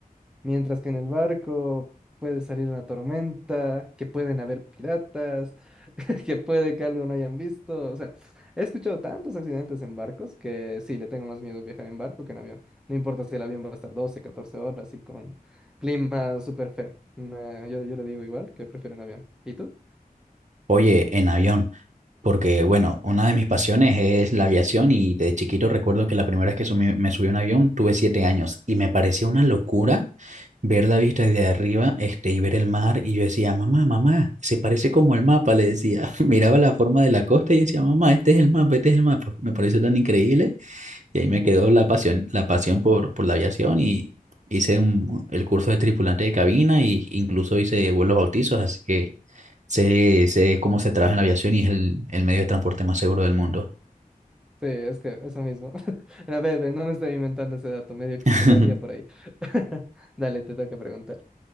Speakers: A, in the centre; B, on the right (about 50°).
A: Mientras que en el barco puede salir una tormenta, que pueden haber piratas, <laughs> que puede que algo no hayan visto. O sea, he escuchado tantos accidentes en barcos que sí, le tengo más miedo viajar en barco que en avión. No importa si el avión va a estar 12 14 horas y con clima súper feo. No, yo, yo le digo igual que prefiero en avión. ¿Y tú?
B: Oye, en avión, porque bueno, una de mis pasiones es la aviación y de chiquito recuerdo que la primera vez que sumi- me subí a un avión tuve siete años y me pareció una locura ver la vista desde arriba, este, y ver el mar, y yo decía, mamá, mamá, se parece como el mapa, le decía, <laughs> miraba la forma de la costa y decía, mamá, este es el mapa, este es el mapa, me pareció tan increíble, y ahí me
A: Ajá.
B: quedó la pasión, la pasión por, por la aviación, y hice un, el curso de tripulante de cabina, y incluso hice vuelos bautizos, así que sé, sé cómo se trabaja en la aviación y es el, el medio de transporte más seguro del mundo.
A: Sí, es que eso mismo. <laughs> A ver, no me estoy inventando ese dato, medio que
B: <laughs>
A: lo olía por ahí. <laughs> Dale, te toca preguntar.